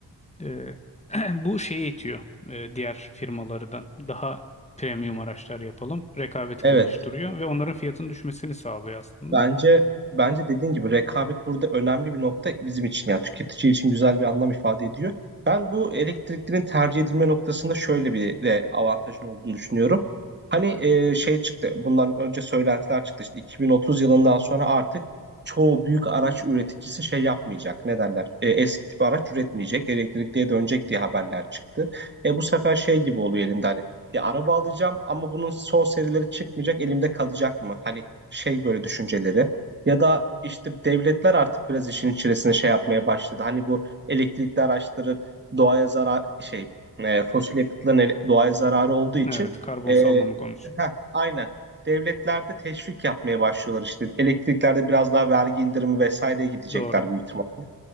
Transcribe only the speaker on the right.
Evet,
bence bence dediğin gibi rekabet burada önemli bir nokta bizim için yani tüketici için güzel bir anlam ifade ediyor. Ben bu elektriklerin tercih edilme noktasında şöyle bir de avantajın olduğunu düşünüyorum. Hani e, şey çıktı, bundan önce söylentiler çıktı işte 2030 yılından sonra artık çoğu büyük araç üreticisi şey yapmayacak. Ne derler? E, eski tip araç üretmeyecek, elektrikliye dönecek diye haberler çıktı. E bu sefer şey gibi oluyor elinde hani. Ya araba alacağım ama bunun son serileri çıkmayacak, elimde kalacak mı? Hani şey böyle düşünceleri ya da işte devletler artık biraz işin içerisine şey yapmaya başladı. Hani bu elektrikli araçların doğaya zarar şey e, fosil yakıtların ele- doğaya zararı olduğu için
e,
heh, aynen devletlerde teşvik yapmaya başlıyorlar işte. Elektriklerde biraz daha vergi indirimi vesaireye gidecekler
büyük ihtimalle.